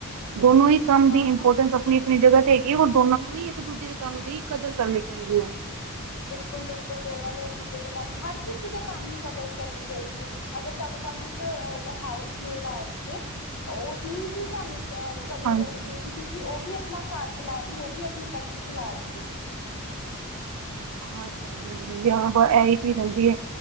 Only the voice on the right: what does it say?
ਦੋਨੋ ਹੀ ਕੰਮ ਦੀ
ਇੰਪੋਰਟੈਂਸ
ਆਪਨੀ-ਆਪਨੀ
ਜਗਾ ਤੇ ਹੈਗੀ
ਏ ਔਰ ਦੋਨਾਂ ਨੂੰ ਵੀ ਇੱਕ ਦੂਜੇ ਦੇ ਕੰਮ ਦੀ ਕਦਰ ਕਰਨੀ ਚਾਈਦੀ ਐ।
ਹਾਂਜੀ,
ਹਾਂਜੀ-ਹਾਂਜੀ, ਹੁੰਦਿਆਂ ਬ ਐਹੀ ਚੀਜ਼ ਹੁੰਦੀ ਏ।